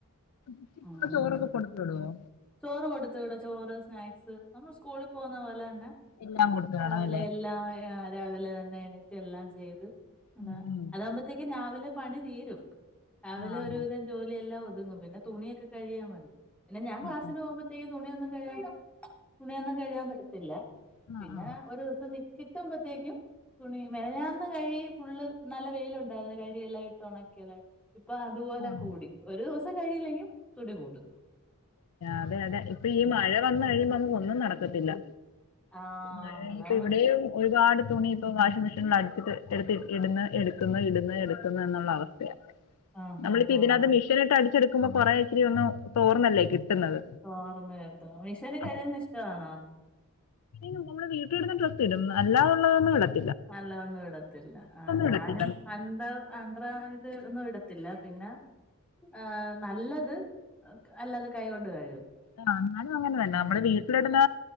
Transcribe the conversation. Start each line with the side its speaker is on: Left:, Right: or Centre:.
Left: ഉച്ചക്കുള്ള
Centre: ഉമ്
Left: ചോറൊക്കെ കൊടുത്ത് വിടുവോ
Centre: ചോറ് കൊടുത്ത്‌ വീടോ ചോറ് സ്നാക്സ് നമ്മള് സ്കൂളി പോന്ന പോലെ തന്നെ
Left: എല്ലാം കൊടുത്ത് വിടണം
Centre: രാവിലെ
Left: അല്ലേ
Centre: എല്ലാം ര രാവിലെ തന്നെ എണറ്റ് എല്ലാം ചെയ്ത് അത
Left: ഉം ഉം
Centre: അതാകുമ്പോത്തേക്ക്‌ രാവിലെ പണി തീരും രാവിലെ
Left: ആഹ്
Centre: ഒര് അ ജോലിയെല്ലാം ഒതുങ്ങും പിന്നെ തുണിയൊക്കെ കഴികിയമതി പിന്നെ ഞാൻ ക്ലാസിന്പോവുമ്പോ
Left: ആഹ്
Centre: തുണിയൊന്നും കഴ്‌കാൻ തുണിയൊന്നും കഴ്‌കാൻ പറ്റത്തില്ല
Left: ആഹ്
Centre: പിന്നെ
Left: ആഹ് ആഹ്
Centre: ഒരു ദിവസം നി കിട്ടുമ്പോത്തേക്കും തുണിയും മെനഞ്ഞാന്ന് കഴി ഫുള്ള് നല്ല വെയിലുണ്ടായിരുന്ന് കഴി എല്ലാം ഇട്ട് ഒണക്കിയല്ലേ ഇപ്പൊ അതുപോലെ
Left: ആഹ്
Centre: കൂടി ഒരു ദിവസം കഴികില്ലെക്കി തുടികൂടും
Left: അതെന്നെ ഇപ്പൊ ഈ മഴ വന്ന് കഴിയുമ്പോ ഒന്നും നടക്കത്തില്ല
Centre: ആ
Left: <unintelligible>
Centre: അതാണ്
Left: ഇവിടെയും ഒരുപാട് തുണി ഇപ്പോവാഷിംഗ് മെഷീനിൽ അടിപിച്ച് എടുത്ത് ഇട്ന്ന് എടുക്കുന്നു ഇടുന്ന് എടുക്കുന്നു എന്നുള്ള അവസ്ഥയാ
Centre: ആ
Left: നമ്മളിപ്പോ
Centre: ആ
Left: ഇതിനകത്ത്
Centre: ആ
Left: മിഷേൻ ഇട്ട് അടിച്ചെടുക്കുമ്പോ കൊറെ ഇച്ചിരി ഒന്ന് തോർന്നല്ലേ കിട്ടുന്നത്
Centre: തോർന്ന് കിട്ടും മിഷേനി
Left: അപ്പൊ
Centre: കഴുകുന്ന ഇഷ്ടമണോ
Left: നമ്മള് വീട്ടിലിടുന്ന ഡ്രസ്സ് ഇടും അല്ലാതൊള്ളതോന്നും ഇടാ
Centre: നല്ല ഒന്നും ഇടത്തില്ല ആഹ് ഞാനും
Left: ഇടത്തില്ല
Centre: അഡ ആൻഡ്ര ഇത് ഒന്നും ഇടത്തില്ല പിന്നെ ഏഹ് നല്ലത് ഒക്കെ അല്ലാത് കൈ കൊണ്ട് കഴുകും
Left: ആഹ് എന്നാലും അങ്ങനെ തന്നെ
Centre: ഉം
Left: നമ്മടെ വീ ഇടുന്ന